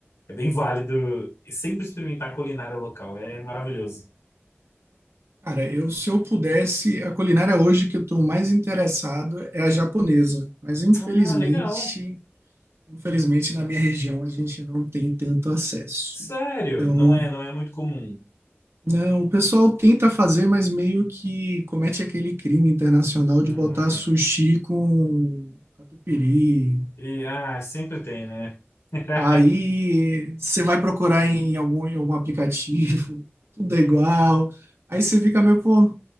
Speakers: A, on the left; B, on the right.
A: É bem válido. E sempre experimentar culinária local. É maravilhoso.
B: Cara, eu se eu pudesse, a culinária hoje que eu estou mais interessado é a japonesa, mas infelizmente,
A: Ah, legal.
B: infelizmente na minha região a gente não tem tanto acesso.
A: Sério,
B: Então,
A: não é, não é muito comum.
B: Não, o pessoal tenta fazer, mas meio que comete aquele crime internacional
A: Hum,
B: de botar sushi com catupiry.
A: e, ah, sempre tem, né? <laughs>
B: Aí você vai procurar em algum, em algum aplicativo, <laughs> tudo é igual. Aí você fica meio, pô,